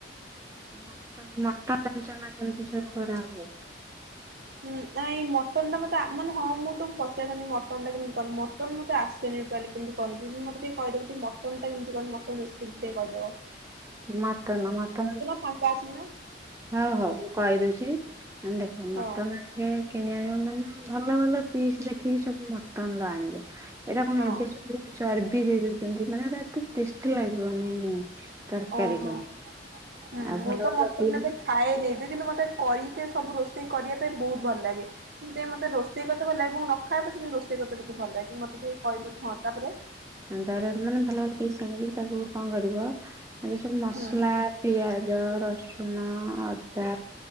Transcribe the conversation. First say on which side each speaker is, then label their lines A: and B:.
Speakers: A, on the right; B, on the right.
A: ମଟନ୍ ମଟନ ଜାଣିଚନା କେମିତି ସବୁ କରା ହୁଏ?
B: ଉଁ ନାଇଁ ମଟନ୍ ଟା ମତେ ମାନେ ହଁ ମୁଁ ତ ପଚାରିଥାନ୍ତି ମଟନ୍ ଟା କେମିତି କହନି ମଟନ ମୋତେ ଆସ ସେନ ଟୋଲି କେମିତି କରିନି ମତେ ଟିକେ କହିଦେବୁ ତି ମଟନ୍ ଟା କେମତି କନ ମଟନ୍ ରେସିପି ଟିକେ କହିଦେବ?
A: ମଟନ ମଟନ
B: କହିଦଉନ ଫାଙ୍କା ଅଛି ନା
A: ମା ହଉ ହଉ। କହିଦଉଛି ଆ ଦେଖ
B: ହଁ
A: ମଟନ୍
B: ହଁ
A: କିଣି ଆଣିବ ମାନେ ଭଲ ଭଲ ପିସ୍ ଦେଖିକି ସବୁ ମଟନ ଲ ଆଣିବ। ଏଇଟା କଣ
B: ହଁ
A: ଏବେ ସବୁ ଚର୍ବି ଦେଇ ଦଉଛନ୍ତି ମାନେ ଏଟ ଏତେ ଟେଷ୍ଟି ଲାଗିବ ନାଇଁ। ତରକାରୀ
B: ଓହୋ
A: କଣ?
B: ହୁଁ
A: ଆଉ
B: ମୁଁ
A: ଭଲ
B: ତ
A: ଭଲ
B: ମଟନ
A: ପିଲ
B: ଏତେ ଖାଏନି ଏବେ କିନ୍ତୁ ମୋତେ କଇତେ ସବୁ ରୋଷେଇ କରିବା ପାଇଁ ବହୁତ ଭଲ ଲାଗେ। ମୁ ସେଥିପାଇଁ ମତେ ରୋଷେଇ କତ ଭଲ ଲାଗେ ମୁଁ ନ ଖାଏ ପଛେ ମୁ ରୋଷେଇ କରତେ ବହୁତ ଭଲ ଲାଗେ ମତେ ଟିକେ କହିବ। ହଁ ତାପରେ
A: ହଁ ତାପରେ ମାନେ ଭଲ ଭଲ ପିସ ଆଣିକି ତାକୁ କଣ କରିବ ଆଗ ସବୁ ମସଲା
B: ହୁଁ
A: ପିଆଜ, ରସୁଣ, ଅଦା